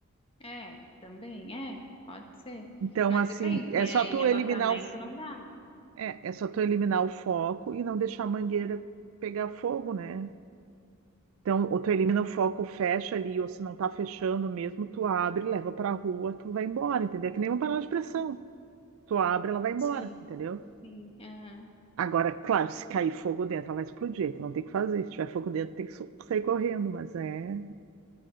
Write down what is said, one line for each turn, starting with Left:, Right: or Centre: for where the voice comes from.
Left: É, também, é, pode ser.
Right: Então,
Left: Mas
Right: assim,
Left: depende,
Right: é
Left: se é
Right: só tu
Left: em apartamento,
Right: eliminar o,
Left: não dá.
Right: é, é só tu eliminar o foco e não deixar a mangueira pegar fogo, né? Então, ou tu elimina o foco, fecha ali, ou se não tá fechando mesmo, tu abre, leva pra rua, tu vai embora, entendeu? É Que nem uma panela de pressão. Tu abre, ela vai embora,
Left: Sim,
Right: entendeu?
Left: sim. aham.
Right: Agora, claro, se cair fogo dentro, ela vai explodir, tu não tem o que fazer. Se tiver fogo dentro, tem que su- sair correndo, mas é,